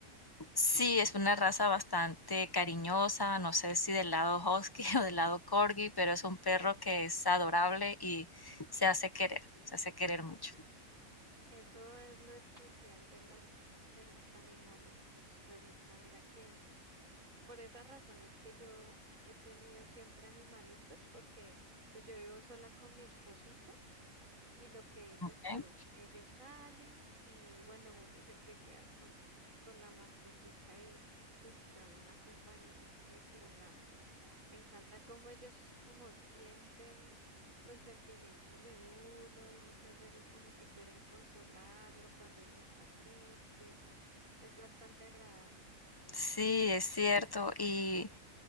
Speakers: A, on the left (about 15°); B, on the right (about 75°).
A: Sí, es una raza bastante cariñosa, no sé si del lado husky <laughs> o del lado corgi, pero es un perro que es adorable y se hace querer, se hace querer mucho.
B: Eso es lo especial de los, de los animalitos, Florisa. Mira que por esas razones que yo he tenido siempre animalitos, porque pues yo vivo sola con mi esposito. Y lo que dices
A: ¿ok?
B: tú, ellos salen y bueno, uno es el que queda con, con la mascotica y uy, son una compañía impresionante. Me encanta cómo ellos como sienten los sentimientos de uno y muchas veces como que quieren consolarlo cuando uno está triste. Es bastante agradable.
A: Sí, es cierto. Y